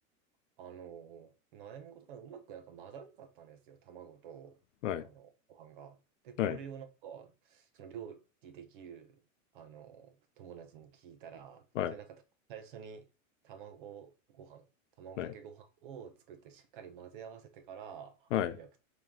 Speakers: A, on the right; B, on the left.
A: あの、悩み事がうまくなんか混ざらなかったんですよ、卵と、
B: はい、
A: あの、ご飯が。で、これをなんか、
B: はい、
A: その料理できる、あの、友達に聞いたら、
B: はい、
A: それなんか最初に卵ご飯、卵かけご飯を作ってしっかり混ぜ合わせてから、
B: はい、はい。
A: あの、焼く、